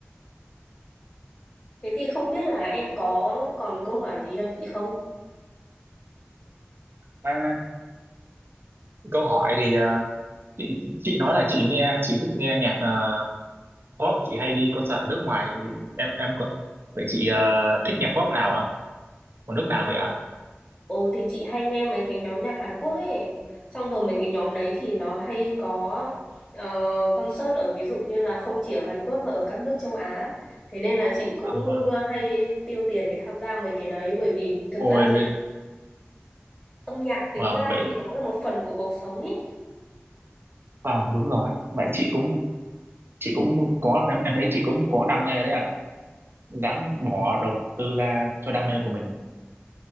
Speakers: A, on the left; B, on the right.
A: Thế thì không biết là em có còn câu hỏi gì cho chị không?
B: à, câu hỏi thì ờ, chị chị nói là chị nghe chị thích nghe nhạc ờ, pop chị hay đi concert ở nước ngoài thì em em có- vậy chị ờ, thích nhạc pop nào ạ của nước nào vậy ạ
A: Ồ thì chị hay nghe mấy cái nhóm nhạc Hàn Quốc ấy Xong rồi mấy cái nhóm đấy thì nó hay có ờ, concert ở ví dụ như là không chỉ ở Hàn Quốc mà ở các nước châu Á Thế nên là chị cũng
B: Vâng, vâng.
A: ờ, hay tiêu tiền để tham gia mấy cái đấy Bởi vì thực
B: Ôi,
A: ra thì âm nhạc tính
B: Vâng,
A: ra
B: vậy
A: thì nó là một phần của cuộc sống ấy
B: vâng đúng rồi. Vậy chị cũng chị cũng có em, em thấy chị cũng có đam mê đấy ạ. Dám bỏ đầu tư ra cho đam mê của mình.